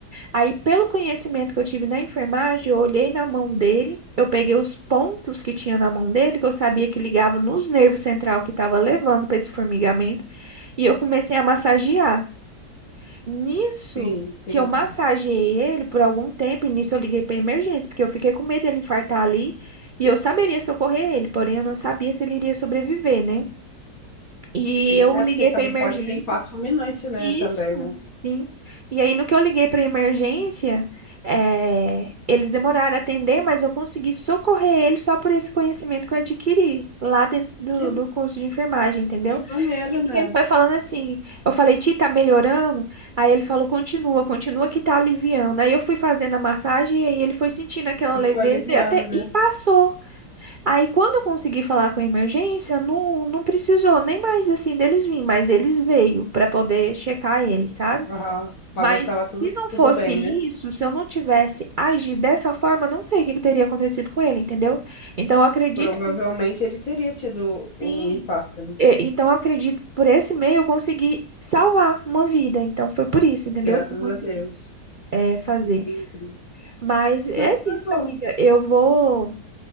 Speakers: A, on the right; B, on the left.
A: Aí, pelo conhecimento que eu tive na enfermagem, eu olhei na mão dele, eu peguei os pontos que tinha na mão dele, que eu sabia que ligava nos nervos central que estava levando para esse formigamento, e eu comecei a massagear. Nisso
B: sim, entendi.
A: que eu massageei ele por algum tempo, e nisso eu liguei para emergência, porque eu fiquei com medo dele infartar ali, e eu saberia socorrer ele, porém eu não sabia se ele iria sobreviver, né? E
B: Sim,
A: eu
B: é
A: liguei
B: porque também
A: para emergência.
B: pode ser infarto fulminante, né?
A: Isso,
B: Também, né?
A: sim. E aí, no que eu liguei para emergência, eh, eles demoraram a atender, mas eu consegui socorrer eles só por esse conhecimento que eu adquiri lá dentro do,
B: Que,
A: do curso de enfermagem, entendeu?
B: que maneira,
A: E
B: né?
A: ele foi falando assim, eu falei, Ti, tá melhorando? Aí ele falou, continua, continua que tá aliviando. Aí eu fui fazendo a massagem e aí ele foi sentindo aquela
B: E
A: leveza
B: foi aliviando,
A: e até
B: né?
A: e passou. Aí, quando eu consegui falar com a emergência, não, não precisou nem mais assim deles virem, mas eles veio para poder checar ele, sabe?
B: Aham. Pra
A: Mas
B: ver se estava
A: se
B: tudo,
A: não fosse
B: tudo bem, né?
A: isso, se eu não tivesse agido dessa forma, não sei o que que teria acontecido com ele, entendeu? Então, eu acredito
B: Provavelmente
A: que
B: ele teria tido o
A: sim.
B: infarto, né?
A: E- Então, eu acredito que por esse meio eu consegui salvar uma vida. Então, foi por isso, entendeu?
B: Graças
A: Que eu consegui
B: a Deus.
A: é, fazer.
B: Entendi.
A: Mas é
B: Mas tá
A: isso,
B: bom.
A: amiga. Eu vou.